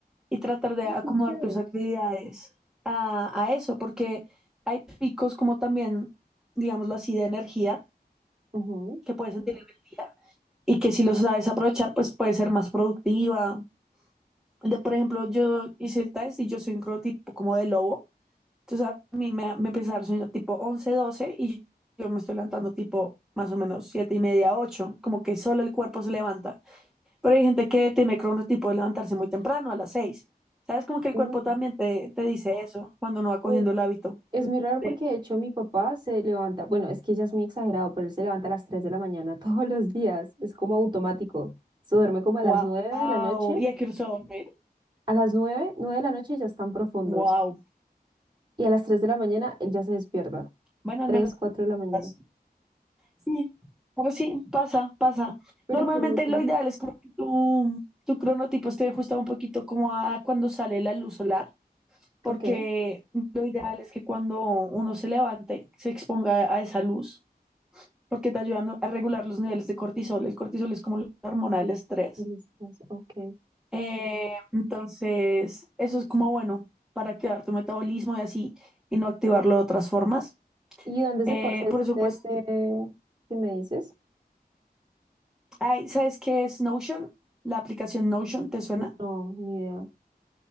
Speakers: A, in the centre; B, on the right.
A: y tratar de
B: Ay,
A: acomodar
B: Qué chévere.
A: tus actividades a, a eso, porque hay picos como también, digámoslo así, de energía,
B: Ujú.
A: que puedes sentir energía y que si lo sabes aprovechar, pues puedes ser más productiva. De, por ejemplo, yo hice el test y yo soy un cronotipo como de lobo, entonces a mí me, me empieza a dar sueño tipo 11 12 y yo, yo me estoy levantando tipo más o menos 7 y media, 8 como que solo el cuerpo se levanta. Pero hay gente que tiene el cronotipo de levantarse muy temprano, a las seis. ¿Sabes? Como que el
B: Mm,
A: cuerpo también te, te dice eso cuando no va cogiendo
B: eh,
A: el hábito.
B: Es muy raro
A: De,
B: porque de hecho mi papá se levanta, bueno, es que ya es muy exagerado, pero él se levanta a las 3 de la mañana <laughs> todos los días, es como automático. Se duerme como a
A: wow,
B: las 9 de la noche
A: y aquí usó dormir.
B: A las 9, 9 de la noche ya están profundos.
A: Wow.
B: Y a las 3 de la mañana él ya se despierta.
A: Bueno, al
B: 3,
A: menos.
B: 4 de la mañana.
A: pasa. Sí, pero sí, pasa, pasa.
B: Pero
A: Normalmente
B: qué loco.
A: lo ideal es como que tu, tu cronotipo esté ajustado un poquito como a cuando sale la luz solar, porque
B: Ok. a
A: lo ideal es que cuando uno se levante, se exponga a esa luz porque te ayudan a regular los niveles de cortisol. El cortisol es como la hormona del estrés.
B: las tres, Ok.
A: Eh, entonces, eso es como bueno para activar tu metabolismo y así, y no activarlo de otras formas.
B: ¿Y dónde
A: Eh,
B: se puede hacer
A: por
B: ese
A: eso,
B: test
A: pues,
B: de- que me dices?
A: ay, ¿sabes qué es Notion? La aplicación Notion, ¿te suena?
B: No, ni idea. O